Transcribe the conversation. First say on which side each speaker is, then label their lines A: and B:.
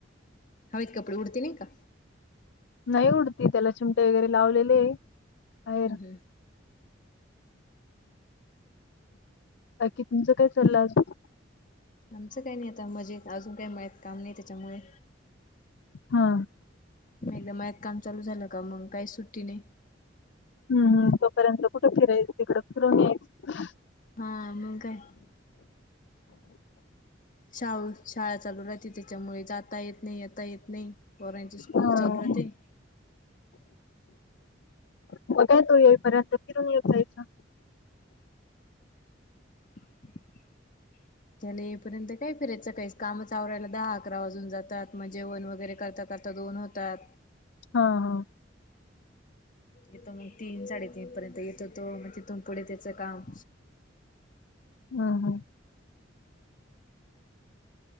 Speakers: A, on the left; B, on the left.
A: हवेत कपडे उडते नाही का.
B: नाही उडती त्याला चिमटे वगैरे लावलेले आहे. बाहेर.
A: हं हं.
B: बाकी तुमचं काय चाललाय अजून?
A: आमचं काही नाही. आता मजेत अजून काय मळ्यात काम नाही त्याच्यामुळे,
B: हा हा.
A: एकदा मळ्यात काम चालू झालं का मग काही सुट्टी नाही.
B: हं. तोपर्यंत कुठे फिरायचं तिकड फिरून यायचं.
A: हा मग काय. शाळू शाळा चालू राहती. त्याच्यामुळे जाता येत नाही. येता येत नाही. पोरांची स्कूल
B: हा
A: चालु होतेय.
B: मग काय तो येईपर्यंत फिरून येत जायचं.
A: <unintelligible> त्यान येई पर्यंत काय फिरायचं? काही कामच आवरायला दहा, अकरा वाजून जातात. म जेवण वगैरे करता करता दोन होतात.
B: हा हा.
A: येतो मग तीन साडेतीन पर्यंत येतो तो. मग तिथून पुढे त्याचं काम.
B: हा हा.